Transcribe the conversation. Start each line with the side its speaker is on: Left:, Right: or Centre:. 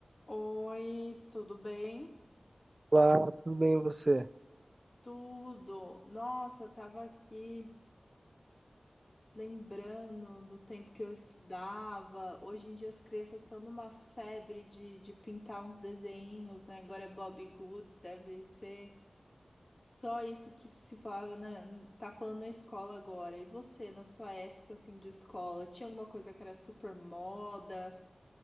Left: Oi, tudo bem?
Right: Olá, tudo bem e você?
Left: Tudo. Nossa, tava aqui lembrando do tempo que eu estudava. Hoje em dia as crianças estão numa febre de, de pintar uns desenhos, né? Agora é Bob Goods, deve ser só isso que se falava, né? Tá falando na escola agora. E você, na sua época assim de escola, tinha alguma coisa que era super moda,